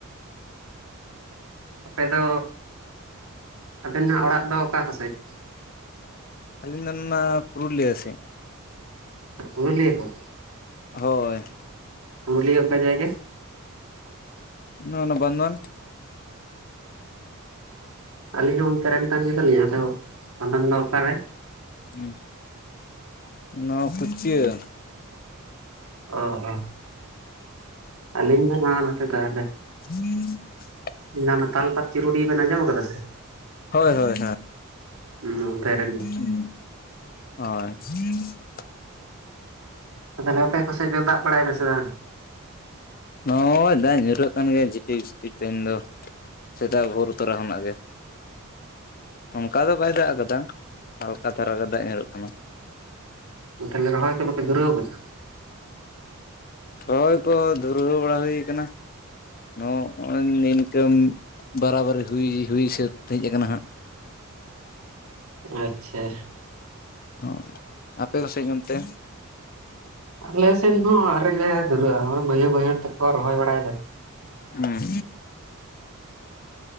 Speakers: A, on the right; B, on the left.
A: ᱟᱯᱮ ᱫᱚ, ᱟᱵᱮᱱ ᱱᱟᱜ ᱚᱲᱟᱜ ᱫᱚ ᱚᱠᱟ ᱠᱚᱥᱮᱡ
B: ᱟᱞᱤᱧ ᱫᱚ ᱚᱱᱟᱻᱱᱟ ᱯᱩᱨᱞᱤᱭᱟᱹ ᱥᱮᱡ
A: ᱯᱩᱨᱩᱞᱤᱭᱟᱹ ᱠᱚᱫ
B: ᱦᱳᱭᱻ
A: ᱯᱩᱨᱩᱞᱤᱭᱟᱹ ᱚᱠᱟ ᱡᱟᱭᱜᱟ?
B: ᱱᱚᱣᱟ ᱱᱚᱣᱟ ᱵᱟᱱᱫᱚᱣᱟᱱ
A: ᱟᱹᱞᱤᱧ ᱦᱚᱸ ᱚᱱᱛᱮ ᱨᱮᱱ ᱠᱟᱱ ᱜᱮᱭᱟᱞᱤᱧ ᱟᱫᱚ ᱵᱟᱱᱫᱚᱣᱟᱱ ᱫᱚ ᱚᱠᱟᱨᱮ
B: ᱦᱸᱻ ᱱᱚᱣᱟ ᱠᱩᱪᱪᱟᱹ <inaudible>
A: ᱚ ᱚ ᱟᱹᱞᱤᱧ ᱢᱟ ᱱᱟᱣᱟ ᱱᱚᱛᱮ ᱛᱟᱦᱚᱞᱮ
B: ᱦᱮᱸ <inaudible>
A: ᱚᱱᱟ ᱛᱟᱞᱯᱟᱛ ᱪᱤᱨᱩᱰᱤ ᱵᱮᱱ ᱟᱡᱚᱢ ᱟᱠᱟᱫᱟ ᱥᱮ
B: ᱦᱳᱭᱻᱦᱳᱭᱻᱦᱳᱭᱻ
A: ᱦᱩᱸ ᱚᱱᱛᱮ ᱨᱮᱱ
B: ᱦᱚᱸ ᱦᱳᱭ <inaudible>
A: ᱛᱟᱦᱞᱮ ᱟᱯᱮ ᱠᱚ ᱥᱮᱡ ᱫᱚ ᱫᱟᱜ ᱵᱟᱲᱟᱭ ᱮᱫ ᱥᱮ ᱵᱟᱝ
B: ᱱᱚᱭ ᱫᱟᱜ ᱧᱩᱨᱦᱟᱹᱜ ᱠᱟᱱ ᱜᱮᱭᱟ ᱡᱷᱤᱴᱤᱠ ᱡᱷᱤᱴᱤᱠ ᱛᱮᱦᱮᱧ ᱫᱚ ᱥᱮᱛᱟᱜ ᱵᱷᱳᱨ ᱛᱚᱨᱟ ᱠᱷᱚᱱᱟᱜ ᱜᱮ ᱚᱱᱠᱟ ᱫᱚ ᱵᱟᱭ ᱫᱟᱜ ᱠᱟᱫᱟ ᱦᱟᱞᱠᱟ ᱫᱷᱟᱨᱟ ᱜᱮ ᱫᱟᱜ ᱧᱩᱨᱩᱜ ᱠᱟᱱᱟ
A: ᱛᱟᱦᱮᱞᱮ ᱨᱚᱦᱚᱭ ᱠᱚᱫᱚ ᱯᱮᱭᱟ ᱫᱷᱩᱨᱟᱹᱣ ᱟᱠᱟᱱᱟ
B: ᱨᱚᱦᱚᱭ ᱠᱚ ᱫᱷᱩᱨᱟᱹᱣ ᱵᱟᱲᱟ ᱦᱩᱭ ᱟᱠᱟᱱᱟ ᱱᱚ ᱱᱚᱜᱼᱚᱭ ᱱᱤᱱᱠᱟᱹᱢ ᱵᱟᱨᱟᱵᱟᱨᱤ ᱦᱩᱭ ᱦᱩᱭ ᱥᱟᱹᱛ ᱦᱮᱡ ᱟᱠᱟᱱᱟ ᱦᱟᱜ᱾
A: ᱟᱪᱪᱷᱟ
B: ᱚᱸ ᱟᱯᱮ ᱠᱚᱥᱮᱡ ᱚᱱᱛᱮ
A: ᱟᱞᱮ ᱥᱮᱱ ᱦᱚ ᱟᱣᱨᱤ ᱞᱮ ᱫᱷᱩᱨᱟᱹᱜᱼᱟ, ᱱᱚᱜ-ᱚᱭ ᱵᱟᱹᱭᱦᱟᱹᱲ ᱵᱟᱹᱭᱦᱟᱹᱲ ᱛᱮᱠᱚ ᱨᱚᱦᱚᱭ ᱵᱟᱲᱟᱭ ᱫᱟ
B: ᱦᱩᱸ